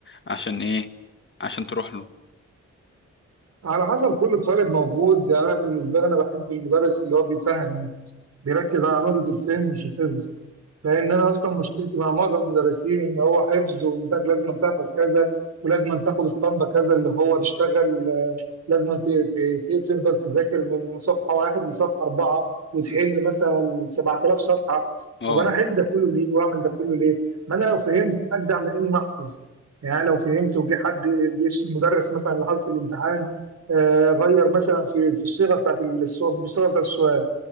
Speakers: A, on the left; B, on the right.
A: عشان ايه عشان تروح له
B: على حسب كل طالب موجود يعني انا بالنسبه لي انا بحب المدرس اللي هو بيفهم بيركز على نقطه الفهم مش الحفظ لان انا اصلا مشكلتي مع معظم المدرسين ان هو حفظ وانت لازم تحفظ كذا ولازم تاخد اسطمبه كذا اللي هو تشتغل لازم ت- ت- ت- تفضل تذاكر من صفحه واحد لصفحه اربعه وتحل مثلا 7000 صفحه
A: اه
B: طب انا احل ده كله ليه واعمل ده كله ليه؟ ما انا لو فهمت اجدع من اني احفظ يعني أنا لو فهمت وجه حد جه المدرس مثلا لحاله الامتحان آه، غير مثلا في في الصيغه بتاعت السؤال- الصيغه بتاعت السؤال